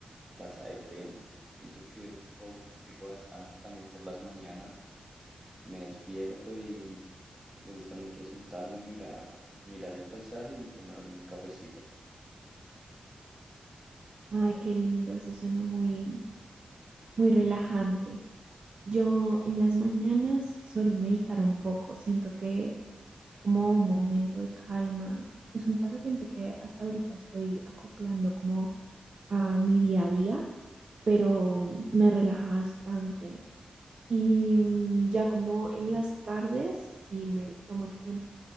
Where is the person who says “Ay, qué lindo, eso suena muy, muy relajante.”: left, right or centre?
Right